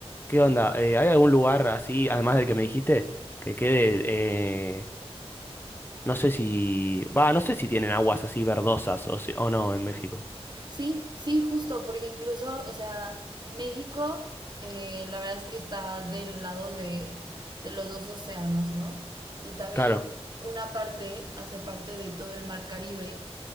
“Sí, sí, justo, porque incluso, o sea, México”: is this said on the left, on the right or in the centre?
Right